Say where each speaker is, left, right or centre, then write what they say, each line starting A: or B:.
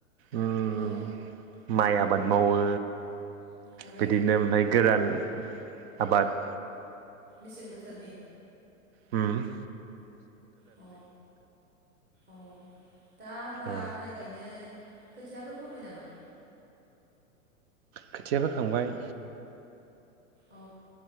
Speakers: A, on the right; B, on the right.
A: ओम
B: औ
A: माइआ आबाद मावो।
B: आरो
A: बिदिनो ओमफाय गोरान आबाद
B: मेसें बोथोरनि
A: ओम
B: अ औ दा होबा
A: उम
B: माइ गायनो खोथियाफोर फोबाय नामा?
A: खोथिया फोखांबाय।
B: औ